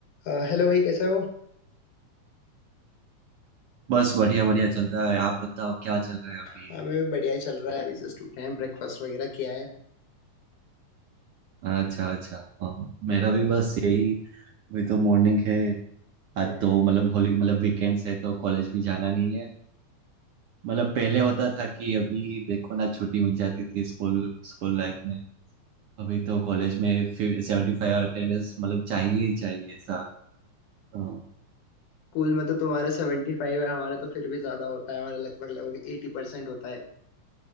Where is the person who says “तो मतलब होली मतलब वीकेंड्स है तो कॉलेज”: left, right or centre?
Right